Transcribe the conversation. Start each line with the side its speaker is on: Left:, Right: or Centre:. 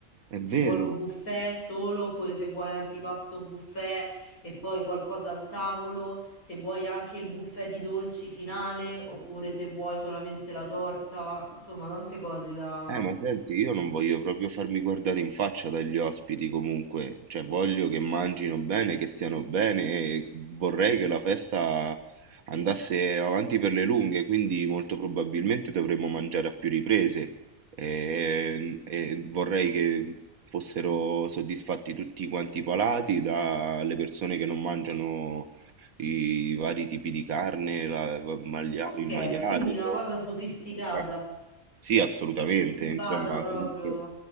Right: è
Left: se
Right: vero.
Left: vuoi un buffet solo oppure se vuoi antipasto buffet e poi qualcosa al tavolo, se vuoi anche il buffet di dolci finale, oppure se vuoi solamente la torta, insomma, tante cose da...
Right: Eh, ma senti, io non voglio proprio farmi guardare in faccia dagli ospiti comunque, cioè voglio che mangino bene, che stiano bene e vorrei che la festa andasse avanti per le lunghe, quindi molto probabilmente dovremmo mangiare a più riprese e, e vorrei che fossero soddisfatti tutti quanti i palati, dalle persone che non mangiano i vari tipi di carne, la- maglia-
Left: Ok,
Right: il maiale
Left: quindi una cosa sofisticata,
Right: o... Sì, assolutamente,
Left: non si
Right: insomma,
Left: bada proprio...
Right: comunque